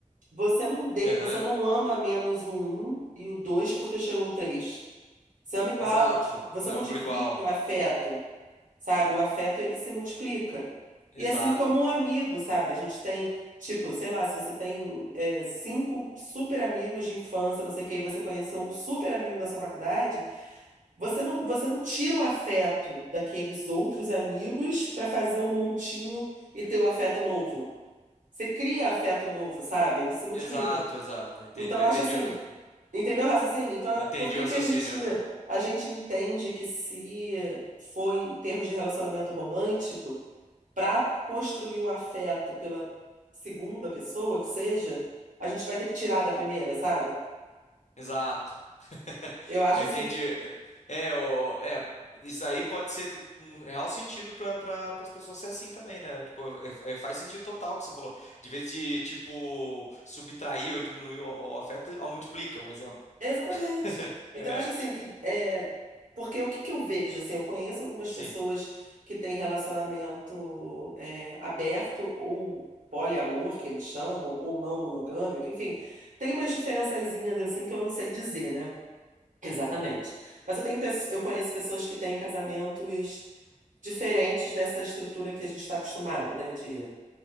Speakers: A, on the right; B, on the left.
A: Você não dê,
B: aham,
A: você não ama menos o um e o dois porque chegou o três. Você ama igual,
B: exato.
A: tipo, você
B: Zama
A: não divide
B: por igual.
A: o afeto sabe? O afeto ele se multiplica.
B: Exato.
A: E assim como o amigo, sabe? A gente tem, tipo, sei lá, se você tem é, cinco super amigos de infância, não sei o que e você conheceu um super amigo na sua faculdade, você não, você não tira o afeto daqueles outros amigos para fazer um montinho e ter o afeto novo. Você cria afeto novo, sabe? Ele se multiplica.
B: Exato, exato. Entendi,
A: Então,
B: eu
A: eu
B: entendi,
A: acho assim.
B: o-
A: Entendeu o raciocínio? Então,
B: entendi
A: por que
B: o raciocínio.
A: que a gente
B: aham.
A: a gente entende que se for em termos de relacionamento romântico, para construir o afeto pela segunda pessoa que seja, a gente vai ter que tirar da primeira, sabe?
B: Exato. <laughs>
A: Eu acho
B: Entendi.
A: assim
B: É, o, é, isso aí pode ser tipo, um real sentido para pra, pra- pras pessoas ser assim também, né? Tipo, é- é- faz sentido total o que você falou. De vez de, tipo, subtrair ou diminuir o, o afeto, ó, multiplica, um exemplo.
A: Exatamente.
B: <laughs>
A: Então,
B: É,
A: eu acho assim que é porque o que que eu vejo assim, eu conheço algumas
B: sim,
A: pessoas que têm relacionamento é, aberto ou poliamor que eles chamam ou não monogâmico, enfim, tem umas diferençazinhas assim que eu não sei dizer, né? Exatamente. Mas eu tenho pesso- eu conheço pessoas que têm casamentos diferentes dessa estrutura que a gente está acostumado, né? De